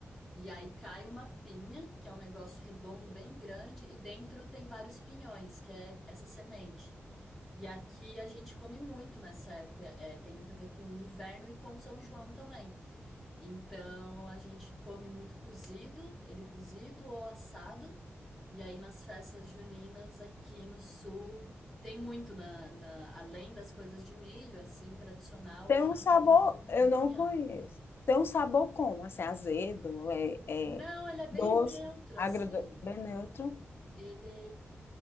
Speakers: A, in the centre; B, on the left.
A: e aí cai uma pinha, que é um negócio redondo bem grande, e dentro tem vários pinhões, que é essa semente. E aqui a gente come muito nessa época, é, tem muito a ver com o inverno e com o São João também. Então a gente come muito cozido, ele cozido ou assado. E aí nas festas juninas aqui no sul tem muito na, na- além das coisas de milho, assim, tradicional,
B: Tem
A: a gente
B: um sabor,
A: come muito mi-
B: eu não
A: pinhão.
B: conheço. Tem um sabor como? Assim, azedo, é, é
A: Não, ele é bem
B: doce,
A: neutro
B: agradoce,
A: assim.
B: bem neutro.
A: Ele,